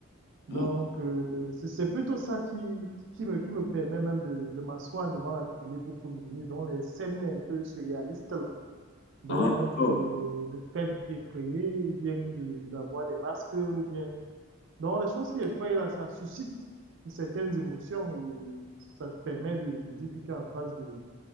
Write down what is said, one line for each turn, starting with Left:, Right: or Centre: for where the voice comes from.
Right: Donc,
Left: Hmm.
Right: euh, c'est c'est plutôt ça qui, qui me, qui me permet même de, de m'asseoir devant la télé pour visionner dans les scènes un peu surréalistes là. Donc,
Left: Ah, d'accord.
Right: euh, le fait d'effrayer ou bien de, d'avoir des masques ou bien... Donc, les choses qui effraient, là, ça suscite certaines émotions et ça te permet de, de dire que tu es en face de...